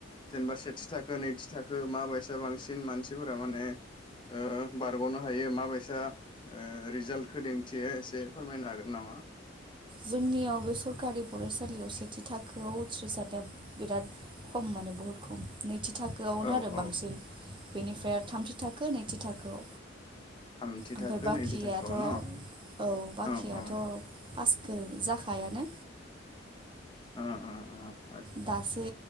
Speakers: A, on the left; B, on the right.
A: जेनेबा सेथि थाखो नैथि थाखो माबायसा बांसिन मानसिफोरा माने ओ बारगनो हायो माबायसा ओ रिजाल्टखौ दिन्थियो एसे फोरमायनो हागोन नामा
B: जोंनियाव बे सरखारि फरायसालियाव सेथि थाखोआव उथ्रिसारनाया बिराद खम माने बुहुत खम नैथि थाखोआवनो
A: औ
B: आरो
A: औ
B: बांसिन बेनिफ्राय आरो थामथि थाखो नैथि थाखोआव
A: थामथि
B: ओमफ्राय
A: थाखो
B: बाखियाथ
A: नैथि थाखोआव
B: औ
A: न'
B: बाखियाथ
A: औ ओ
B: पास खो जाखायानो
A: ओ ओ ओ
B: दासो